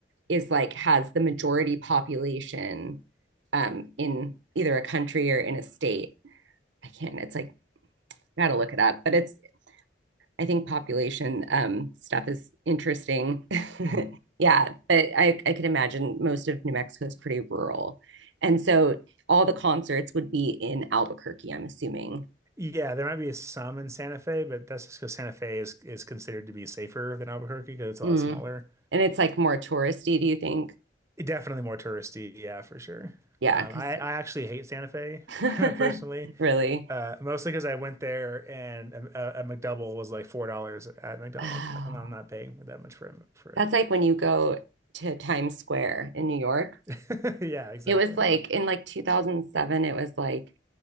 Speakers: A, on the right (about 80°); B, on the right (about 15°).
A: is like has the majority population um in either a country or in a state. I can't, it's like gotta look it up, but it's I think population um, stuff is interesting.
B: Mm-hmm.
A: <laughs> yeah, but I, I could imagine most of New Mexico is pretty rural. And so all the concerts would be in Albuquerque, I'm assuming.
B: Yeah, there might be some in Santa Fe, but that's just because Santa Fe is is considered to be safer than Albuquerque because it's a
A: Mm.
B: lot smaller.
A: And it's like more touristy, do you think?
B: definitely more touristy, yeah, for sure.
A: Yeah,
B: Um,
A: because
B: I I actually hate Santa Fe <laughs> personally,
A: like, <laughs> really.
B: uh, mostly because I went there and a, a McDouble was like four dollars at McDonald's.
A: Oh,
B: I'm like, I'm not paying that much for a- for it.
A: that's like when you go to Times Square in New York.
B: <laughs> Yeah, exactly.
A: It was like in like 2007, it was like